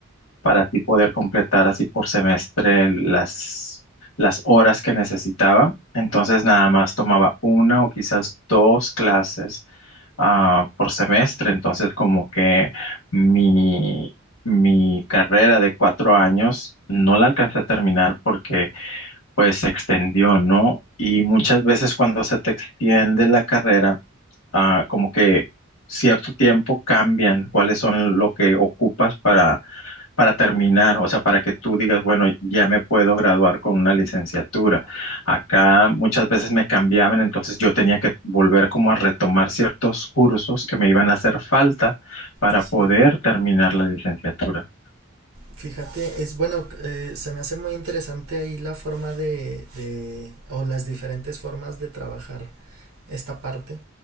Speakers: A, on the left; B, on the right.
A: para así poder completar así por semestre las, las horas que necesitaba. Entonces nada más tomaba una o quizás dos clases ah, por semestre. Entonces como que mi, mi carrera de cuatro años no la alcancé a terminar porque pues se extendió, ¿no? Y muchas veces cuando se te extiende la carrera, ah, como que cierto tiempo cambian cuáles son lo que ocupas para para terminar, o sea, para que tú digas, bueno, ya me puedo graduar con una licenciatura. Acá muchas veces me cambiaban, entonces yo tenía que volver como a retomar ciertos cursos que me iban a hacer falta para
B: sí.
A: poder terminar la licenciatura.
B: Fíjate, es bueno, eh, se me hace muy interesante ahí la forma de, de, o las diferentes formas de trabajar esta parte,